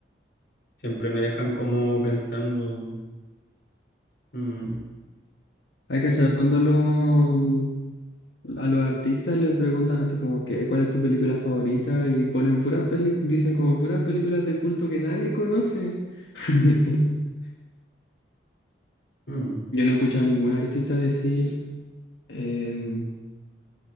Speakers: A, on the left; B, on the left.
A: Siempre me dejan como pensando, mm,
B: ¿Hay cachado
A: pero-
B: cuando los A los artistas les preguntan así como que ¿cuál es tu película favorita? Y ponen puras peli, dicen como puras películas de culto que nadie conoce. <laughs>
A: mm,
B: Yo no he escuchado a ningún artista decir em,